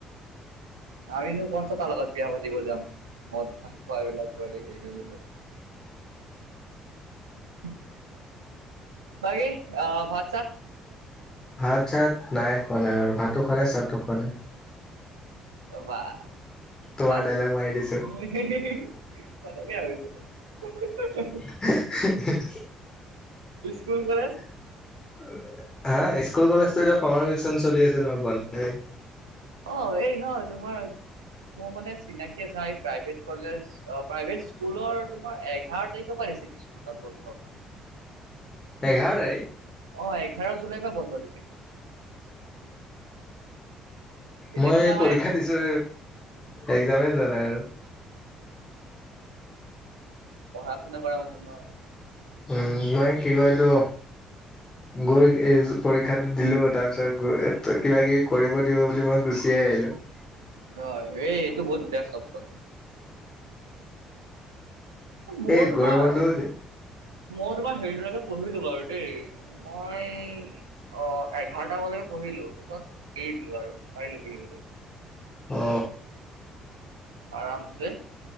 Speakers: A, on the right (about 75°); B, on the left (about 25°).
A: আমিনো কনছা তাৰ লগত বিয়া পাতিব যাম মদ ভাং খোৱা বিলাক। <unintelligible> বাকী আহ ভাত চাত
B: ভাত চাত নাই খোৱা নাই বাৰু ভাতো খোৱা নাই চাতো খোৱা নাই
A: বা
B: তোমাৰ
A: তাত
B: দাইলগ মাৰি দিছো
A: <unintelligible>
B: <unintelligible>
A: স্কুল কলেজ
B: <unintelligible>
A: অ এই নহয় তোমাৰ মোৰ মানে চিনাকি প্ৰাইভেট কলেজ প্ৰাইভেট স্কুলৰ তোমাৰ এঘাৰ তাৰিখৰ পৰা দিছে কিছুমানত বন্ধ
B: এঘাৰ তাৰিখ
A: অ এঘাৰ জুলাই পৰা বন্ধ দিছে কিছু এতিয়া
B: মই
A: মানে আমাৰ
B: পৰীক্ষা
A: ইয়াত
B: দিছো একজামে যোৱা নাই আৰু
A: পঢ়া শুনা কৰা মাজত ন
B: উম কি কয় এইটো গৈ এই পৰীক্ষাটো দিলো তাৰ পিছত গ কিবা কিবি কৰিব দিব বুলি মই গুচিয়ে আহিলো
A: হয় এই এইটো বহুত বেষ্ট অপচন মই
B: এই
A: তোমাৰ
B: গৰমবন্ধও
A: মই তোমাৰ হেৰি টোলৈকে পঢ়িলো বাৰু দেই মই অ এঘাৰটা মানলৈকে পঢ়িলো তাৰ পিছত এৰি দিলো আৰু ভাৰিলো পহিবো
B: অ
A: আৰামছে